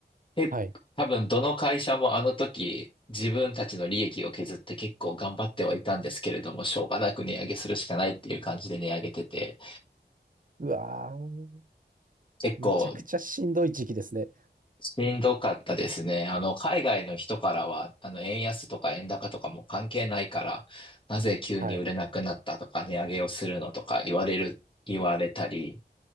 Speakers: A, on the left; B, on the right.
A: で多分どの会社もあの時自分たちの利益を削って結構頑張ってはいたんですけれども、
B: はい。
A: しょうがなく値上げするしかないっていう感じで値上げてて、
B: うわー。
A: 結構
B: めちゃくちゃしんどい時期ですね。
A: しんどかったですね。あの、海外の人からは、あの、円安とか円高とかも関係ないから、なぜ急に売れなくなったとか、
B: はい。
A: 値上げをするのとか言われる、言われたり、